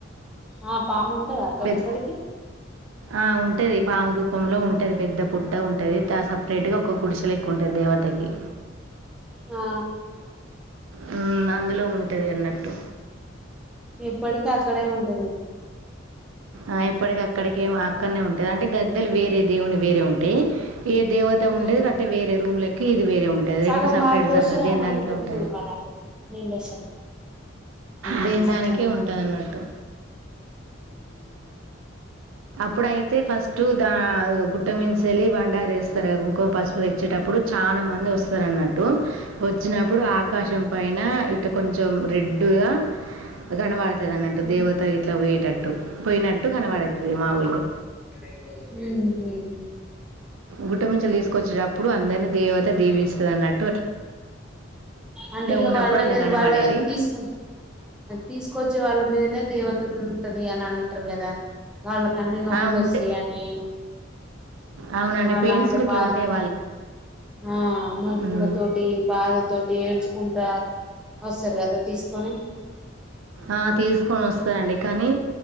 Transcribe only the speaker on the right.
పెద్
ఆ ఉంటది పాము రూపంలో ఉంటది పెద్ద పుట్ట ఉంటుంది సపరేట్గా ఒక్క గుడిసెలెక్క ఉంటది దేవతకి
హ్మ్ అందులో ఉంటది అన్నట్టు
ఆ ఇప్పటిక అక్కడికి అక్కడనే ఉంటాది అంటే గద్దెలు వేరే దేవుని వేరే ఉంటయి ఏ దేవత ఉండేది
అట్టటి వేరే రూమ్ లెకి ఇది వేరే ఉంటుంది
రెండు సపరేట్
సపరేట్
దేని
దానికే ఉంటుంది
దేని
దానికే
ఉంటది అన్నట్టు అప్పుడయితే ఫస్ట్ దా గుట్ట మించేల్లి బండ ప్యారిస్ రు కుంకుమ పసుపు తెచ్చేటప్పుడు చాలా మంది వస్తారు అన్నట్టు వచ్చినప్పుడు ఆకాశం పైన ఇటు కొంచెం రెడ్డుగా గనపడతది అన్నట్టు
దేవత గిట్లా పోయేటట్టు పోయినట్టు కనవడుతది మా ఊర్లే
గుట్టమీచెల్లి తీసుకొచ్చేటప్పుడు అందరినీ దేవత దీవిస్తుదన్నట్టు
ఉన్నప్పుడు
అట్లా కనబడేది
ఆ, ఉంటే.
అవునండి
పెయింట్స్ ఇట్లా
ఉంటాయి
హ్మ్
ఆ తీసుకొని వస్తనండి కానీ